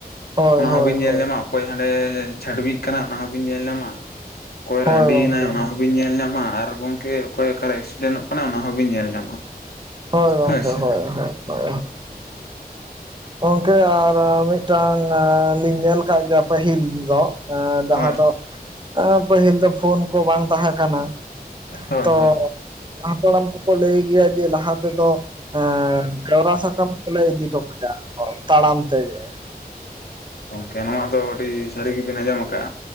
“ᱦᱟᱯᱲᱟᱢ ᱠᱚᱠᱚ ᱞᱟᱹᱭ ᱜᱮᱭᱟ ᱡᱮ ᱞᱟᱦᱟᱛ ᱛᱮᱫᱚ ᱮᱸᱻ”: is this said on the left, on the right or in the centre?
Right